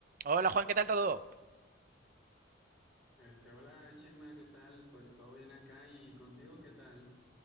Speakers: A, on the right (about 45°); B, in the centre.
A: Hola Juan, ¿qué tal todo?
B: Este, hola Chema, ¿qué tal? Pues todo bien acá y contigo, ¿qué tal?